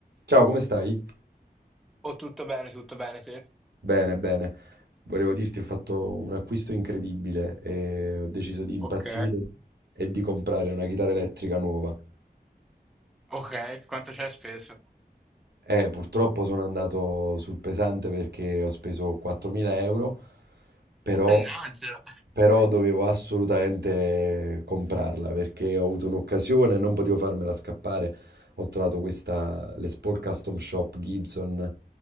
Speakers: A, on the right (about 80°); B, in the centre.
A: Ciao, come stai?
B: Oh, tutto bene, tutto bene, sì.
A: Bene, bene. Volevo dirti, ho fatto un acquisto incredibile e ho deciso di impazzire
B: Ok,
A: e di comprare una chitarra elettrica nuova.
B: ok, quanto c'è speso?
A: Eh, purtroppo sono andato sul pesante perché ho speso 4.000 euro, però,
B: Mannaggia!
A: però dovevo assolutamente comprarla perché ho avuto un'occasione e non potevo farmela scappare. Ho trovato questa Les Paul Custom Shop Gibson.